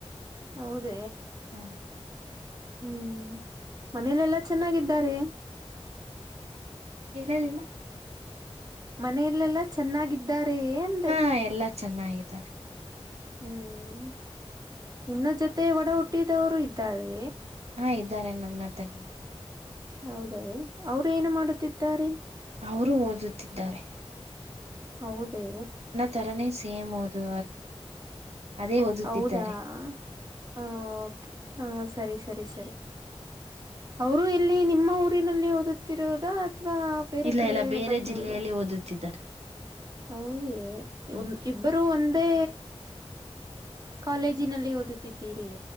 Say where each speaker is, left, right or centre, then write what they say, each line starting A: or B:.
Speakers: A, on the right; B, on the right.
A: ಹೌದ
B: ಹ್ಮ
A: ಹ್ಮ್ ಮನೇಲೆಲ್ಲಾ ಚೆನ್ನಾಗಿದ್ದಾರೆ
B: ಹೇಳಲಿಲ್ಲ
A: ಮನೆಯಲ್ಲೆಲ್ಲಾ ಚೆನ್ನಾಗಿದ್ದಾರೇ ಅಂದೆ
B: ಹ ಎಲ್ಲಾ ಚೆನ್ನಾಗಿದ್ದಾರೆ
A: ಹ್ಮ್ ಇನ್ನ ಜೊತೆ ಒಡ ಹುಟ್ಟಿದವರು ಇದ್ದಾರೆ
B: ಹಾ ಇದ್ದಾರೆ ನನ್ನ ತಂಗಿ
A: ಹೌದಾ ಅವ್ರ ಏನು ಮಾಡುತ್ತಿದ್ದಾರೆ
B: ಅವರು ಓದುತ್ತಿದ್ದಾರೆ
A: ಹೌದೇ
B: ತರಾನೇ ಸೇಮ್ ಓದು ಅದೇ ಓದುತ್ತಿದ್ದಾರೆ
A: ಹೌದಾ ಹ ಓಕೆ ಹ ಸರಿ ಸರಿ ಸರಿ ಅವರು ಇಲ್ಲಿ ನಿಮ್ಮ ಊರಿನಲ್ಲಿ ಓದುತ್ತಿರೋದ ಅಥವಾ ಬೇರೆ
B: ಇಲ್ಲ
A: ಕಡೆ
B: ಇಲ್ಲ ಬೇರೆ
A: ಬಂದೋದ
B: ಜಿಲ್ಲೆಯಲ್ಲಿ ಓದುತ್ತಿದ್ದಾರೆ
A: ಹೌದೇ
B: ಹ್ಮ್
A: ಇಬ್ಬರೂ ಒಂದೇ ಕಾಲೇಜಿನಲ್ಲಿ ಓದುತ್ತಿದ್ದೀರಿಯೇ